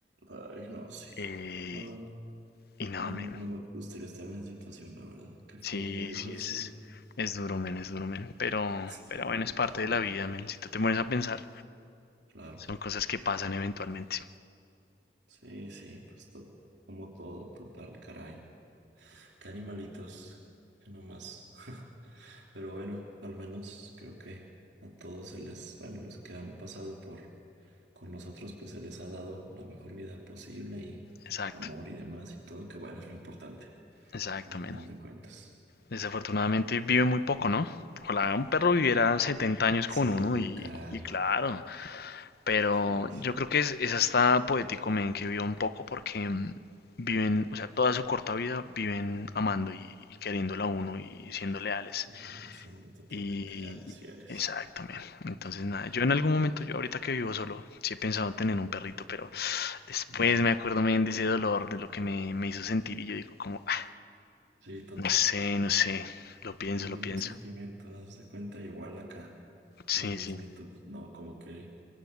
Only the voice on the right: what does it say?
Ay, no, sí.
No, no,
no
me gustaría estar en esa situación, la verdad. Qué feo
debe
haber
sido.
Sí,
me
imagino.
Claro.
Sí, sí, pues to- como todo, total, caray. Qué animalitos, que nomás. <laughs> Pero bueno, al menos creo que a todos se les, bueno, los que han pasado por con nosotros, pues se les ha dado la mejor vida posible y
amor y demás y todo, que bueno, es lo importante,
a final
de cuentas.
Sí,
caray.
Sí, sí.
Sí, siendo totalmente
leales, fieles.
Ujú.
Sí, total.
El
mismo
sentimiento, haz de cuenta igual acá.
Lo mismito,
pues, no, como que